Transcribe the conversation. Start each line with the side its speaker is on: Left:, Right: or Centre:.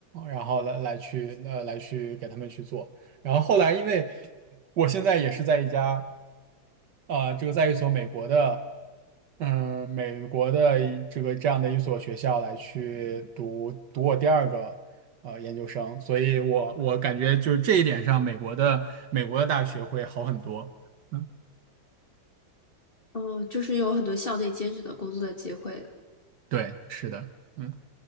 Right: 然后来来去呃来去给他们去做。然后后来，因为我现在也是在一家啊，这个在一所美国的，嗯，美国的一这个这样的一所学校来去读读我第二个呃研究生，所以我我感觉就是这一点上，美国的美国的大学会好很多。嗯，
Left: 嗯、就是有很多校内兼职的工作的机会，
Right: 对，是的，嗯，